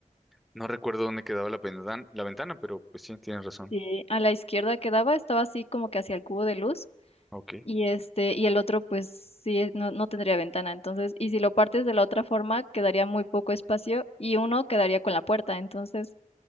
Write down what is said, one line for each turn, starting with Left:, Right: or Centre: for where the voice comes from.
Centre: No recuerdo dónde quedaba la, pendan- la ventana, pero pues sí, tienes razón.
Left: Sí. A la izquierda quedaba, estaba así como que hacia el cubo de luz
Centre: Ok.
Left: y este y el otro pues sí no, no tendría ventana, entonces y si lo partes de la otra forma quedaría muy poco espacio y uno quedaría con la puerta, entonces